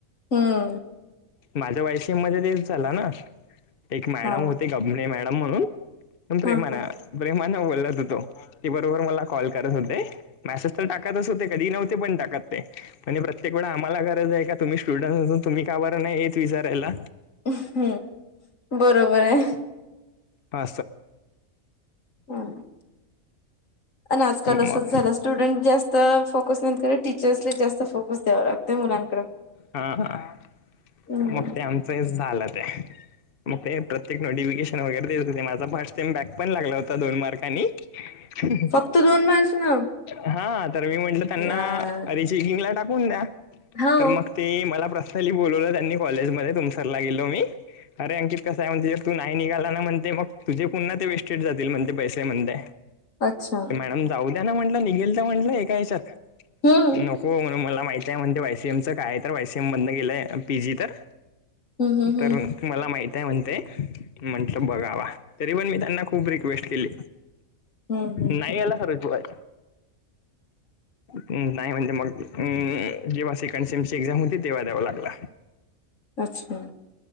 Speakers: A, on the left; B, on the left.
A: हम्म
B: माझ्या वायसीम मध्ये झाला ना एक मॅडम
A: हा
B: होते कभने मॅडम म्हणून प्रेमाणा
A: हा हा.
B: प्रेमा न बोलत होतो ती बरोबर मला कॉल करत होते मॅसेज तर टाकतच होते कधी नव्हते पण टाकत ते म्हणज प्रत्येक वेळा आम्हाला गरज आहे का तुम्ही स्टुडंट् असून तुम्ही का बर नाहीेत विचारायला
A: हम्म बरोबर आहे
B: पा
A: हम आणि आजकाल असंच
B: मग
A: झालं स्टुडंट जास्त फोकस नाहीत करत टीचर्सला जास्त फोकस द्यावं लागतं मुलांकडे
B: हां मग
A: हम्म.
B: ते आमचं झालं ते मग ते प्रत्येक नोटिफिकेशन वगैरे देत होते माझा फस्ट टाइम बॅक पण लागला होता दोन मार्काने <unintelligible>
A: फक्त दोन मार्क्स ना.
B: हा तर मी म्हटलं त्यांना
A: यार
B: रिचेकिंग ला टाकून द्या
A: हो.
B: तर मग ते मला पर्सनली बोलवलं त्यांनी कॉलेजमध्येध्ये तुमसरला गेलो मी अरे अंकित कसं आहे म्हणते तू नाही निघाला ना म्हणते मग तुझे पुन्हा ते वेस्टेड जातील म्हणते पैसे म्हणते
A: अच्छा
B: मॅडम जाऊ द्या ना म्हटलं निघेल तर म्हटलं हे का याच्यात
A: हम्म.
B: नको मला माहिती आहे म्हणते वायसीएम चं काय तर वायसीएम मध गेलंय पी जी तर
A: हम्म हम्म
B: तर
A: हम्म
B: मला माहित आहे म्हणते म्हंटलं बघावा तरी पण मी त्यांना खूप रिक्वेस्ट केली
A: हम्म हम्म
B: नाही
A: हम्म
B: याला रिप्लाय नाही म्हणते मग अ जेव्हा सेकंड सेम ची एक्झाम होती तेव्हा द्यावा लागला
A: अच्छा